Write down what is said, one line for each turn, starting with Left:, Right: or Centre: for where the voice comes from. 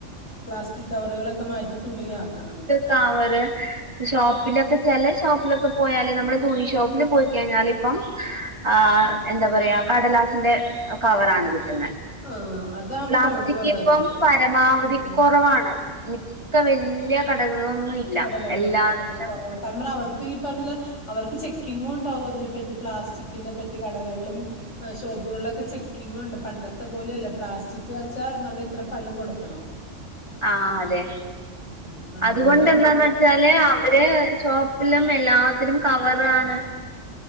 Left: പ്ലാസ്റ്റിക് കവറുകളൊക്കെ മാറ്റി തുണിയാക്കണം
Right: കാ വറ്ഷോപ്പിലൊക്കെ ചെ ലെഷോപ്പില് ൊക്കെ പോയാല് നമ്മള് തുണി ഷോപ്പിൽ പോയി കഴിഞ്ഞാൽ ഇപ്പം ആ് എന്താ പറയാ കടലാസിന്റെ. കവറാണ് കിട്ടുന്നത്
Left: ആഹ് അതാകുമ്പോ
Right: പ്ലാസ്റ്റിക്
Left: കൊഴപ്പല്ല
Right: ഇപ്പം
Left: നമുക്ക്
Right: പരമാവധി
Left: ഉം
Right: <unintelligible> മിക്ക വല്യയ കടകളിലൊന്നും ഇല്ല
Left: കടകളിലും
Right: എല്ലാത്തിലും
Left: ആ് കുറവ കാരണം അവർക്ക് ഈ പറഞ്ഞ. അവർക്ക് ചെക്കിങ്ങും ഉണ്ടാവും അതിനെപ്പറ്റി പ്ലാസ്റ്റിക്കിന്റെ പറ്റി കടകളിലും. ഷോപ്പുകളിലൊക്കെ ചെക്കിങ്ങ് ഉണ്ട് പണ്ടത്തെ പോലെയല്ല പ്ലാസ്റ്റിക്ക് വെച്ചാൽ നമ്മള ഇത്ര ഫൈൻ കൊടുക്കണം
Right: ആന് അതെ
Left: ഉ അതണ്ട.
Right: അതുകൊണ്ട് എന്താന്ന് വെച്ചാല് അവര് ഷോപ്പിലും എല്ലാത്തിനും കവറാണ്.